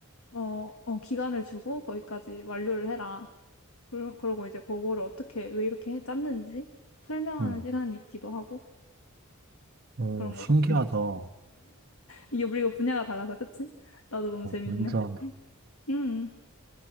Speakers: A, on the left; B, on the right.
A: 어, 어, 기간을 주고 거기까지 완료를 해라. 그러, 그러고 이제 그거를 어떻게, 왜 이렇게 해 짰는지 설명하는
B: 음,
A: 시간이 있기도 하고
B: 어,
A: 그런
B: 신기하다.
A: 것 같아. <laughs>
B: 어,
A: 이게 우리가 분야가 달라서, 그치? 나도 너무 재밌네.
B: 완전
A: 음,